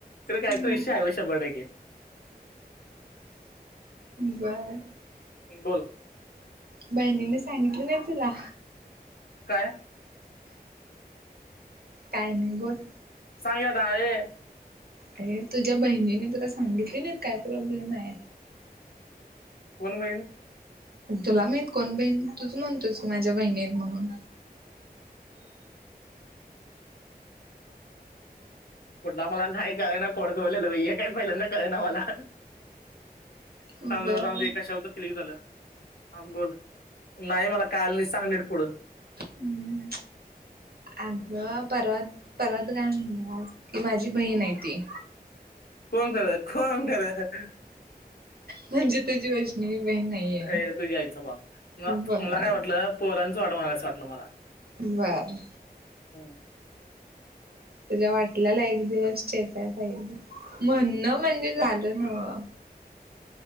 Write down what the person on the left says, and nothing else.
तर कायतर
विषय हाय बघ शंभर टक्के.....
बोल-
काय
सांग की आता यें-
कोण बहीण-
कुठला मला नाय कळनां, कोडयात बोलेल हे काय पहिल्यांदा कळनां मला.
थांब जरा जाऊदें, कशावर तरी क्लिक झालं हा बोल- नाही मला कळालं नाही, सांग निट फोडुन.
कोण खर, कोण खर-
अ तुझ्यायचं माग <unintelligible>
म मला काय वाटलं पोरांचं वाटं बघालयस अस वाटलं मला. <unintelligible>
हां- <inaudible>